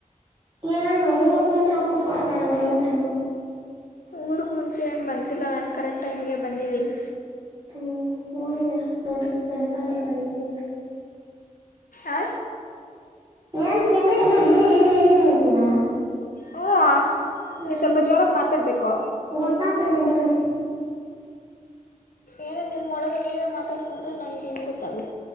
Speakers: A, on the right; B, on the left.
A: ಏನು ಊರ್ಕ್ ಮುಂಚೆಿ ಕುತ್ಕೊಳಕ ಯಾರಾನ ಹೇಳಿದ್ರರುನು
B: ಊರಿಗೆ ಮುಂಚೆ ಏನು ಬಂದಿಲ್ಲ ನಾನು ಕರೆಕ್ಟ್ ಟೈಮ್ಗೆ ಬಂದಿದ್ದೀನಿ
A: ಹ್ಮ್ ಹೋಗಿದ್ದೀರಾ ದೊಡ್ಡ ಗನ ಕಾರ್ಯ ಮಾಡಿದೀರಾ
B: ಆ
A: ಏನ್ ಕಿವಿಡಿನ ಹಾ ಹಾ ಅಂತೀರಾ
B: ಹ್ಞೂ
A: ಹ್ಮ್
B: ನೀವು ಸ್ವಲ್ಪ ಜೋರಾಗಿ ಮಾತಾಡಬೇಕು
A: ಗೊತ್ತಾಗ್ತೈತೆ ಬಿಡ್ರಿ
B: ಏನೋ ನಿಮ್ಮೊಳಗೆ ನೀವೇ ಮಾತಾಡ್ಕೊಂಡ್ರೆ ನನ್ಗೆ ಗೊತ್ತಾಗುತ್ತೆ